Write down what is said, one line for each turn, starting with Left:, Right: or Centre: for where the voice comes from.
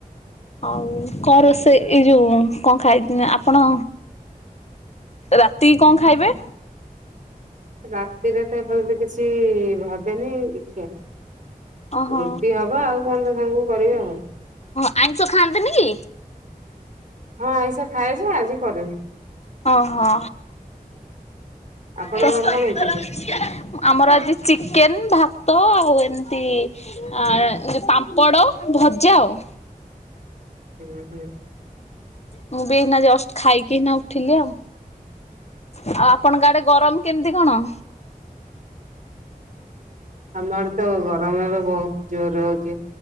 Left: ଆଉ କଣ ରୋଷେଇ ଏଇ ଯୋଉ କଣ ଖାଇ ଆପଣ ରାତିକି କଣ ଖାଇବେ?
Right: ରାତିରେ ତ ଏପର୍ଯ୍ୟନ୍ତ କିଛି ଭାବିନି ଦେଖିବା
Left: ଓହୋ
Right: ରୁଟି ହବ ଆଉ କଣ ତା ସାଙ୍ଗକୁ କରିବା ଆଉ
Left: ଓ ଆଇଁଷ ଖାଆନ୍ତି ନିକି?
Right: ହଁ ଆଇଁଷ ଖାଏ ଜେ ଆଜି କରିନି।
Left: ଓହୋ
Right: ଆପଣଙ୍କର
Left: ତ
Right: କଣ ହେଇଛି ଆଜି?
Left: <inaudible> ଆମର ଆଜି ଚିକେନ ଭାତ ଆଉ ଏମିତି ଆ ପାମ୍ପଡ଼ ଭଜା ଆଉ
Right: ହୁ ହୁଁ
Left: ମୁଁ ବି ଏୟିନା ଜଷ୍ଟ ଖାଇକି ଏୟିନା ଉଠିଲି ଆଉ। ଆଉ ଆପଣଙ୍କ ଆଡେ ଗରମ କେମିତି କଣ?
Right: ଆମ ଆଡ଼େ ତ ଗରମ ଏବେ ବହୁତ ଜୋର ହଉଛି।